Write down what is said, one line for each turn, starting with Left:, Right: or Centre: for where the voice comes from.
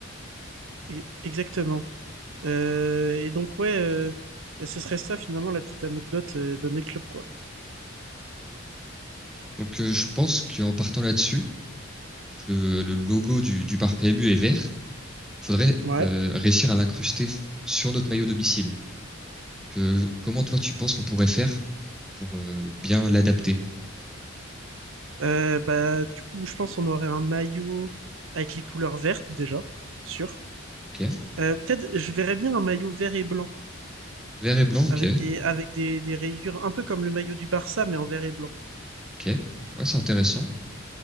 Right: Et- exactement. Euh, et donc, ouais, euh, bah, ce serait ça finalement la petite anecdote euh, de mes clubs, quoi.
Centre: Donc euh, je pense qu'en partant là-dessus, le, le, logo du, du bar PMU est vert. Il faudrait
Right: Ouais.
Centre: euh, réussir à l'incruster sur notre maillot domicile. Que, comment toi tu penses qu'on pourrait faire pour euh, bien l'adapter
Right: Euh, bah, du coup, je pense qu'on aurait un maillot avec les couleurs vertes déjà, sûr.
Centre: Ok.
Right: Euh, peut-être, je verrais bien un maillot vert et blanc
Centre: Vert et blanc, ok.
Right: avec des avec des, des rayures, un peu comme le maillot du Barça, mais en vert et blanc.
Centre: Ok. Ouais, c'est intéressant.